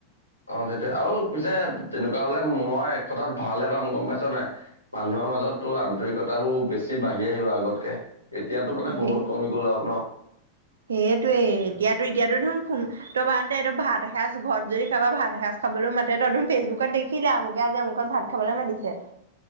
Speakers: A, on the left (about 85°); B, on the right (about 70°).
A: অ', সেইটোৱে আৰু পিছে তেনেকুৱা হ'লে মই এক কথাত ভালহে পাম গম পাইছ নাই? মানুহৰ মাজতো আন্তৰিকতাবোৰ বেছি বাঢ়ি আহিব আগতকে। এতিয়াতো মানে
B: সেই
A: বহুত কমি গ'ল আৰু ন।
B: সেইটোৱে এতিয়াতো এতিয়াতো চোন ত' বাদ দে এইদটো ভাত এসাঁজ ঘৰত যদি খাবা ভাত এসাঁজ খাবলৈ মাতে তই ফেচবুকত দেখি খিলি আৰু এয়া যে অমুকত ভাত খাবলৈ মাতিছে।